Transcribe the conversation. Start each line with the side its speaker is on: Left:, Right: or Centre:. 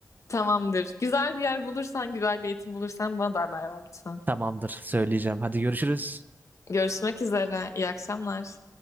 Left: Tamamdır. Güzel bir yer bulursan, güzel bir eğitim bulursan bana da haber ver lütfen.
Right: Tamamdır, söyleyeceğim. Hadi görüşürüz.
Left: Görüşmek üzere. İyi akşamlar.